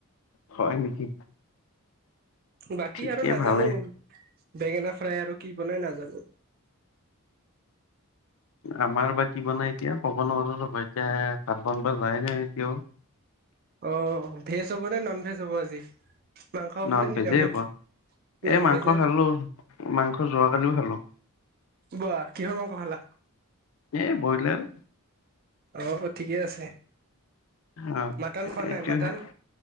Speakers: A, on the left; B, on the right.
A: হয় নেকি।
B: বাকী
A: ঠিকে
B: আৰু নাজানো
A: ভালে
B: বেঙেনা ফ্ৰাই আৰু কি বনাই নাজানো।
A: আমাৰ বা কি বনাই এতিয়া ক'ব নোৱাৰো, ৰবা এতিয়া ভাত বনিবা যোৱাই নাই এতিয়াও।
B: অ ভেজ হ'ব নে, নন ভেজ হ'ব আজি? মাংস হ'ব
A: নন
B: নে
A: ভেজেই
B: নিৰামিষ
A: হ'ব,
B: নন
A: এই মাংস
B: ভেজে
A: খালোঁ মাংস যোৱাকালিও খালোঁ।
B: বা, কিহৰ মাংস খালা?
A: এই ব্ৰইলাৰ।
B: অ ঠিকে আছে,
A: অ
B: মাটন খোৱা
A: এইটোহে
B: নাই মাটন?